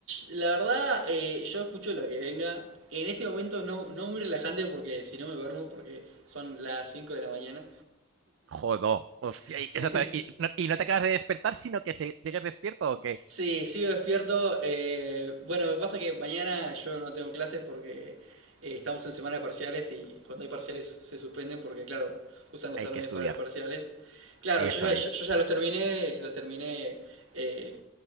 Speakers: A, on the right; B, on the right.
A: la verdad, eh, yo escucho lo que venga. En este momento no, no muy relajante porque si no me duermo porque son las 5 de la mañana.
B: Jodo, hostia,
A: Sí.
B: y, eso te- y no, y no te acabas de despertar, sino que se- sigues despierto o qué?
A: Sí, sigo despierto. eh, bueno, me pasa que mañana yo no tengo clases porque eh, estamos en semana de parciales y cuando hay parciales se suspenden porque, claro, usan los
B: Hay
A: salones
B: que estudiar.
A: para los parciales. Claro,
B: Eso
A: yo ya,
B: es.
A: yo, yo ya los terminé, los terminé eh,